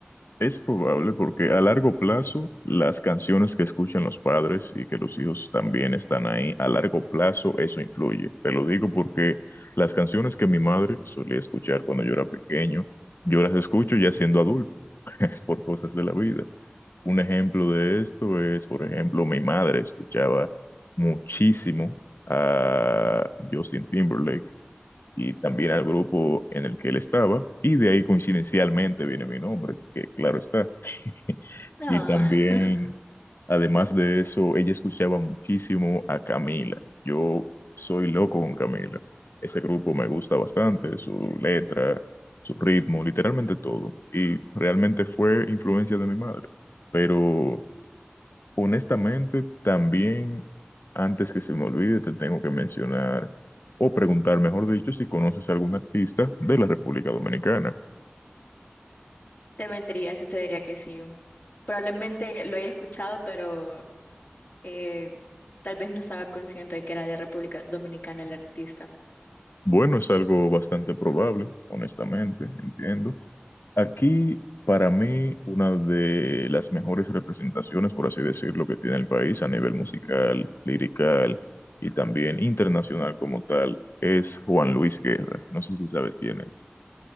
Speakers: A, on the left (about 65°); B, on the left (about 35°).
A: Es probable porque a largo plazo las canciones que escuchan los padres y que los hijos también están ahí, a largo plazo eso influye. Te lo digo porque las canciones que mi madre solía escuchar cuando yo era pequeño, yo las escucho ya siendo adulto por cosas de la vida. Un ejemplo de esto es, por ejemplo, mi madre escuchaba muchísimo a Justin Timberlake y también al grupo en el que él estaba y de ahí coincidencialmente viene mi nombre, que claro está. <laughs>
B: No,
A: Y también,
B: <laughs>
A: además de eso, ella escuchaba muchísimo a Camila. Yo soy loco con Camila. Ese grupo me gusta bastante, su letra, su ritmo, literalmente todo. Y realmente fue influencia de mi madre. Pero honestamente, también, antes que se me olvide, te tengo que mencionar o preguntar, mejor dicho, si conoces a algún artista de la República Dominicana.
B: te mentiría si te diría que sí. Probablemente lo haya escuchado, pero eh, tal vez no estaba consciente de que era de República Dominicana el artista.
A: Bueno, es algo bastante probable, honestamente, entiendo Aquí, para mí, una de las mejores representaciones, por así decirlo, que tiene el país a nivel musical, lirical y también internacional como tal, es Juan Luis Guerra. No sé si sabes quién es.